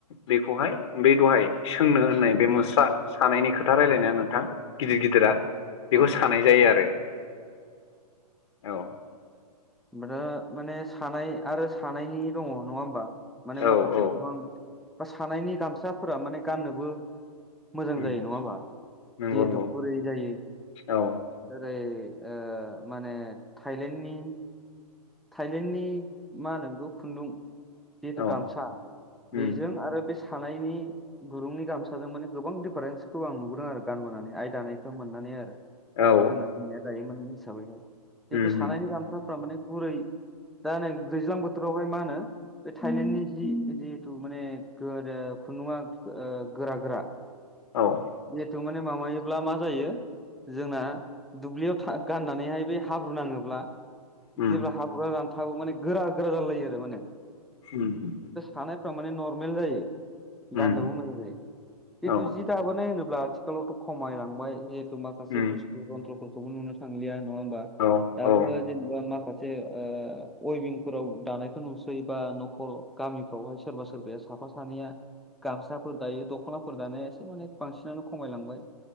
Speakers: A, on the left; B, in the centre.
A: बेखौहाय बे दहाय सोंनो होननाय बे मुस्रा सानायनि खोथा रायजलायनाया नोंथां गिदिर गिदिरा बेखौ
B: औ
A: सानाय जायो आरो औ
B: ओमफ्राय दा माने सानाय आरो सानायनि दङ नङा होमबा माने
A: औ
B: माखासे
A: औ
B: गोबां बा सानायनि गामसाफोरा माने गाननोबो मोजां
A: उम
B: जायो नङा होमबा
A: नंगौ
B: जिहेथु
A: नंगौ
B: गुरै जायो
A: औ
B: जेरै ओ माने थाइलेण्डनि थाइलेण्डनि मा होनोखौ खुन्दुं जिहेथु
A: औ
B: गामसा
A: उम
B: बेजों आरो बे सानायनि दुरुंनि गामसाजों माने गोबां दिडिफारेन्सखौ आं नुबोदों आरो गानबोनानै आइ दानायखौ मोननानै आरो
A: औ
B: जेनबा
A: औ
B: जोंना जोंनिया दायोमोन हिसाबैहाय
A: उम
B: जितु सानैनि
A: उम
B: गाम साफ्रा माने गुरै दा नै गोज्लां बोथोरावहाय मा होनो बे थाइलेण्डनि जि जिथु माने गोदो खुन्दुआ ओ गोरा गोरा
A: औ
B: जिहेथु माने माबायोब्ला मा जायो जोंना दुब्लियाव था गाननानैहाय बे हाब्रु नाङोब्ला
A: उम
B: जेब्ला हाब्रुवा रानथाबो माने गोरा गोरा जालायलायो आरो माने
A: उम
B: थानायफ्रा माने नर्मेल जायो गान्दबो
A: उम
B: मोजां जायो जेतु
A: औ
B: जि दाबोनाय होनोब्ला आथिखालावथ' खमायलांबाय जिहेथु माखासे
A: उम
B: बुस्थु जनत्र फोर खौबो नुनो थांलिया नङा होमबा
A: औ
B: दाबो
A: औ
B: जेनेबा मा माखासे ओ अयभिंफोराव दानायखौ नुसै बा न'खर गामि बेवहाय सोरबा सोरबाया साफा सानैया गामसाफोर दायो दख'नाफोर दानाया एसे माने बांसिनानो खमायलांबाय